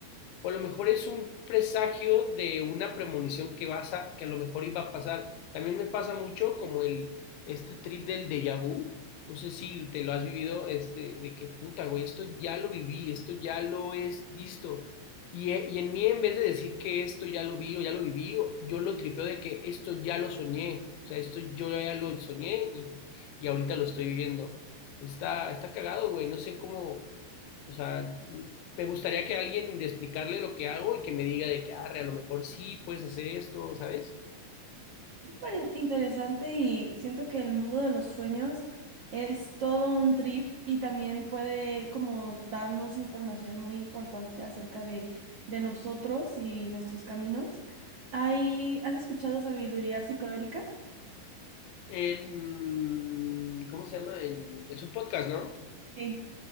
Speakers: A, on the left; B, on the right.
A: o a lo mejor es un presagio de una premonición que vas a, que a lo mejor iba a pasar. También me pasa mucho como el, este trip del déjà vu, no sé si te lo has vivido, este, de que puta, güey, esto ya lo viví, esto ya lo he visto. Y, e- y en mí, en vez de decir que esto ya lo vi o ya lo viví, o- yo lo tripeo de que esto ya lo soñé. O sea, esto yo ya lo soñé y, y ahorita lo estoy viviendo. Está, está cagado, güey. No sé cómo, o sea, me gustaría que alguien de explicarle lo que hago y que me diga de que, arre, a lo mejor sí puedes hacer esto, ¿sabes?
B: súper in- interesante y siento que el mundo de los sueños es todo un trip y también puede como darnos información muy importante acerca de, de nosotros y nuestros caminos. Hay, ¿has escuchado sabiduría psicodélica?
A: En, ¿cómo se llama? En, es un podcast, ¿no?
B: Sí,